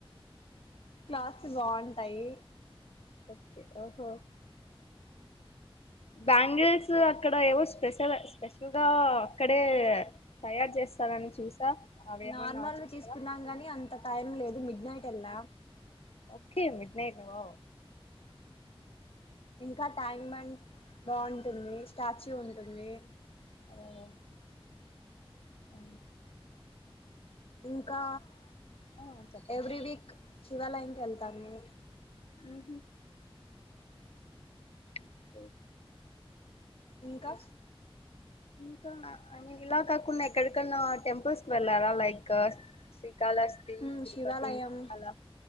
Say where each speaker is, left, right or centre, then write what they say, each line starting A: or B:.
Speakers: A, on the left; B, on the left.
A: క్లాత్స్ బాగుంటాయి
B: ఓకే ఆహో బ్యాంగిల్స్ అక్కడ ఏవో స్పెషల్ స్పెషల్ గా అక్కడే తయారు చేసు ఇస్తనని చూసా అవి
A: నార్మల్
B: ఏమన్నా చూసారా
A: వి తీసుకున్నాం కాని అంత టైం లేదు మిడ్ నైట్ ఏళ్ల
B: ఓకే మిడ్ నైట్ ఆ
A: ఇంకా ట్యాంక్ బండ్ బాగుంటుంది స్టాచ్యూ ఉంటుంది
B: అవున అ
A: ఇంకా
B: ఆ చెప్పండి
A: ఎవ్రీ వీక్ శివాలయంనికి వెళ్తాము
B: ఉహు ఇంకా
A: ఇంకా
B: ఇంకా అ ఇలా కాకుండా ఎక్కడకన్నా టెంపుల్స్ వెళ్ళారా లైక్ శ్రీకాళహస్తి
A: ఉ
B: తిరుపతి
A: శివాలయం
B: అలా